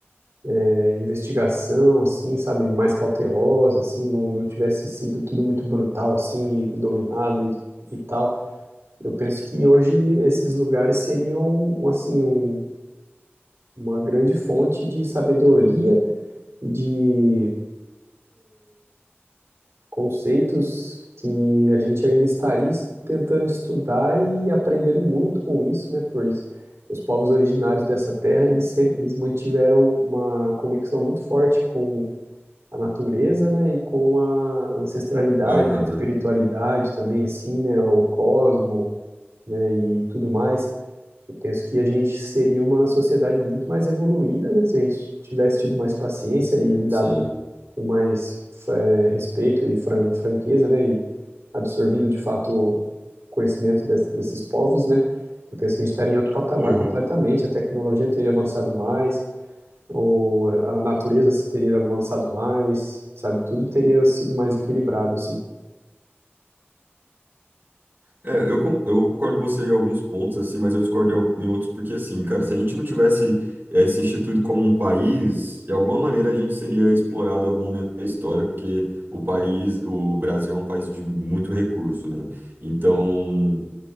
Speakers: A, on the right; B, on the right.
A: é, investigação, assim, sabe, mais cautelosa, assim, não, não tivesse sido tudo muito brutal, assim, e dominado e, e tal, eu penso que hoje esses lugares seriam, assim, um- uma grande fonte de sabedoria e de conceitos que a gente ainda estaria es- tentando estudar e aprendendo muito com isso, né? Pois os povos originários dessa terra, eles sempre eles mantiveram uma conexão muito forte com a natureza, né? E com a ancestralidade,
B: Aham,
A: a espiritualidade também, assim, né? O cosmo, né? E tudo mais. Eu penso que a gente seria uma sociedade muito mais evoluída, né? Se a gente tivesse tido mais paciência e lidado
B: sim.
A: com mais é, respeito e fran- franqueza, né? E absorvido de fato o conhecimento des- desses povos, né? Eu penso que a gente estaria em outro patamar
B: Aham.
A: completamente. A tecnologia teria avançado mais, ou a natureza teria avançado mais, sabe? Tudo teria sido mais equilibrado, assim.
B: É, eu, con- eu concordo com você em alguns pontos, assim, mas eu discordo em al- em outros, porque, assim, cara, se a gente não tivesse eh, se instituído como um país, de alguma maneira a gente seria explorado em algum momento da história, porque o país, o Brasil é um país de muito recurso, né? Então,